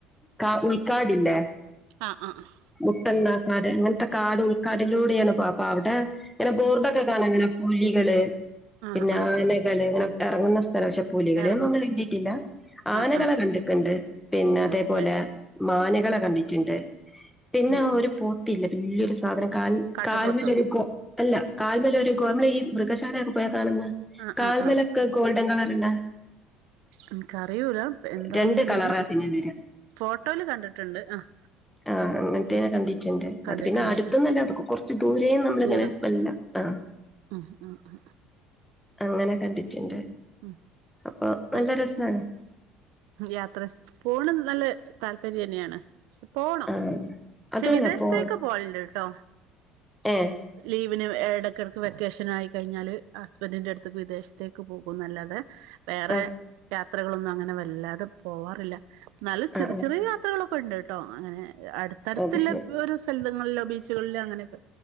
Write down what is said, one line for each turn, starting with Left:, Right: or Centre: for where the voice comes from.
Centre: കാ ഉൾക്കാടില്ലേ
Right: ആഹ് ആഹ് ആഹ്
Centre: മുത്തണ്ണ കാട് അങ്ങൻത്തെ കാട് ഉൾക്കാടിലൂടെയാണ് പോ അപ്പ അവടെ ഇങ്ങനെ ബോർഡൊക്കെ കണ ഇങ്ങനാ പുലികള്
Right: ആഹ് ആഹ്
Centre: പിന്നെ
Right: ആഹ്
Centre: ആനകള്
Right: ആഹ്
Centre: ഇങ്ങനെ ഇറങ്ങുന്ന സ്ഥലം പക്ഷെ പുലികളെയൊന്നും
Right: ഇറങ്ങും
Centre: കണ്ടിട്ടില്ല ആനകളെ
Right: ആഹ് ആഹ്
Centre: കണ്ട്ക്ക്ണ്ട്
Right: ആഹ്
Centre: പിന്നെ അതേപോലെ
Right: ആണല്ലേ
Centre: മാന്കളെ കണ്ടിട്ട്ണ്ട് പിന്നെ
Right: ഉം
Centre: ഒരു പോത്തില്ലേ ബെല്ലിയൊരു സാധനം കാൽ
Right: കാട്ടുപോത്തോ
Centre: കാല്മേലൊരു ഗോ അല്ല കാൽമേൽ ഒരു ഗോ നമ്മള് ഈ മൃഗശാലയൊക്കെ പോയാ കാണ്ന്ന
Right: ആഹ്
Centre: കാൽമേലൊക്കെ
Right: ആഹ്
Centre: ഗോൾഡൻ കളർള്ളാ
Right: എൻക്കറിയൂല എന്താന്ന്ല്ലത്
Centre: രണ്ട് കളറാ അതിന് വരാ
Right: ഫോട്ടോല് കണ്ട്ട്ട്ണ്ട് ആഹ്
Centre: ആഹ് അങ്ങൻത്തെനെ കണ്ടി ട്ട്ണ്ട്
Right: കണ്ടിട്ടുണ്ട്
Centre: അത് പിന്നെ അട്ത്ത്ന്നല്ല അതക്കെ കൊർച്ച് ദുരെന്ന് നമ്മള്ങ്ങനെ
Right: ദൂരത്ത്
Centre: വല്ല ആഹ്
Right: ഉം ഉം ഉം ഉം
Centre: അങ്ങനെ കണ്ട്ട്ട്ണ്ട്
Right: ഉം
Centre: അപ്പൊ
Right: ഞങ്ങള്
Centre: നല്ല രസാണ്
Right: യാത്ര സ് പോണ് നല്ല താല്പര്യന്നെയാണ് പോണം
Centre: ആ
Right: പക്ഷെ
Centre: അതന്നെ
Right: വിദേശത്തേക്ക്
Centre: പോ
Right: പോവാല്ണ്ട് ട്ടോ
Centre: ഏ
Right: ലീവിന് എടയ്ക്ക് എടക്ക് വെക്കേഷൻ ആയി കഴിഞ്ഞാല് ഹസ്ബൻന്റിന്റെ അട്ത്ത്ക്ക് വിദേശത്തേക്ക് പോകുംന്നല്ലാതെ വേറെ
Centre: ആ
Right: യാത്രകളൊന്നും അങ്ങനെ വല്ലാതെ പോവാറില്ല ന്നാലും
Centre: ആ
Right: ചെറി
Centre: ആ
Right: ചെറിയ ത്രകളൊക്കെ ഉണ്ട്ട്ടോ അങ്ങനെ അട്ത്തട്ത്ത്ല്ലാ
Centre: അത് ശരി
Right: ഓരോ സ്ഥലങ്ങളിലോ ബീച്ചുകളിലോ അങ്ങനെയൊക്കെ